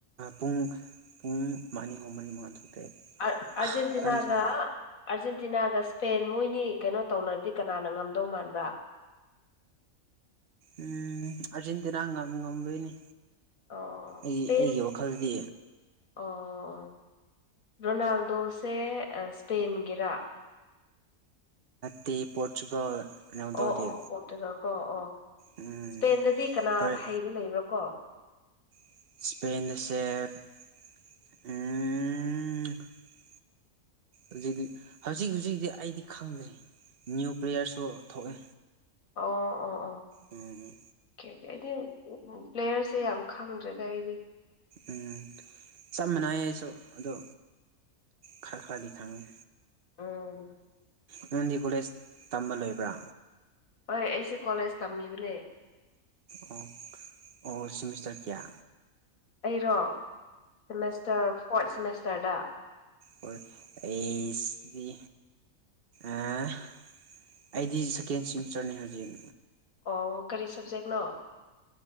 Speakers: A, on the right; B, on the left.
A: ꯄꯨꯡ ꯄꯨꯡ ꯃꯅꯤ ꯍꯨꯝ ꯃꯔꯤ ꯃꯉꯥ ꯇꯔꯨꯛ ꯇꯔꯦꯠ
B: ꯑ ꯑꯔꯖꯦꯟꯇꯅꯥꯒ
A: ꯀꯥꯟꯁꯤꯗ
B: ꯑꯔꯖꯦꯟꯇꯤꯅꯥꯒ ꯄꯦꯟ ꯃꯣꯏꯅꯤ ꯀꯩꯅꯣ ꯇꯧꯅꯔꯗꯤ ꯀꯅꯥꯅ ꯉꯝꯗꯧ ꯃꯥꯟꯕ꯭ꯔ
A: ꯎꯝ ꯑꯔꯖꯦꯟꯇꯤꯅꯥꯝ ꯉꯝꯗꯣꯏꯅꯤ
B: ꯑꯣ
A: ꯑꯩꯒꯤ
B: ꯏꯁꯄꯦꯟ
A: ꯑꯩꯒꯤ ꯋꯥꯈꯜꯗꯤ
B: ꯑꯣ ꯔꯣꯅꯥꯜꯗꯣꯁꯦ ꯏꯁꯄꯦꯟꯒꯤꯔ
A: ꯇꯤ ꯄꯣꯔꯆꯨꯒꯜ ꯔꯣꯅꯥꯜꯗꯣꯗꯤ
B: ꯑꯣ ꯑꯣ ꯄꯣꯔꯇꯨꯒꯜ ꯀꯣ ꯑꯣ
A: ꯎꯝ
B: ꯏꯁꯄꯦꯟꯗꯗꯤ ꯀꯅꯥ
A: ꯍꯣꯏ
B: ꯍꯩꯕ ꯂꯩꯕ꯭ꯔꯥ ꯀꯣ
A: ꯏꯁꯄꯦꯟꯁꯦ
B: <unintelligible>
A: ꯍꯧꯖꯤꯛꯇꯤ ꯍꯧꯖꯤꯛ ꯍꯧꯖꯤꯛꯛꯇꯤ ꯑꯩꯗꯤ ꯈꯪꯗ꯭ꯔꯤ ꯅ꯭ꯌꯨ ꯄ꯭ꯂꯦꯌꯔꯁꯨ ꯊꯣꯛꯑꯦ
B: ꯑꯣ ꯑꯣ ꯑꯣ ꯑꯣ
A: ꯎꯝ
B: ꯑꯣꯗꯤ ꯄ꯭ꯂꯦꯔ ꯁꯦ ꯌꯥꯝ ꯈꯪꯗ꯭ꯔꯦꯗ ꯑꯩꯗꯤ
A: ꯎꯝ ꯆꯞ ꯃꯅꯥꯏꯁꯨ ꯑꯗꯣ꯫ ꯈꯥ ꯈꯥꯗꯤ ꯈꯉꯦ꯫
B: ꯎꯝ
A: ꯅꯥꯟꯗꯤ ꯀꯣꯂꯦꯖ ꯇꯝꯕ ꯂꯣꯏꯕ꯭ꯔꯥ꯫
B: ꯍꯣꯏ ꯑꯩꯁꯦ ꯀꯣꯂꯦꯖ ꯇꯝꯃꯤꯕꯅꯦ꯫
A: ꯑꯣ ꯑꯣ ꯁꯤꯃꯤꯁꯇꯔ ꯀꯌꯥ꯫
B: ꯑꯩꯔꯣ ꯁꯤꯃꯦꯁꯇꯔ ꯐꯣꯔꯠ ꯁꯤꯃꯦꯁꯇꯔꯗ꯫
A: ꯑꯣ ꯑꯦꯁꯕꯤ ꯑꯩꯗꯤ ꯁꯦꯀꯦꯟ ꯁꯤꯃꯤꯁꯇꯔꯅꯦ ꯍꯧꯖꯤꯛ
B: ꯑꯣ ꯀꯔꯤ ꯁꯕꯖꯦꯛꯅꯣ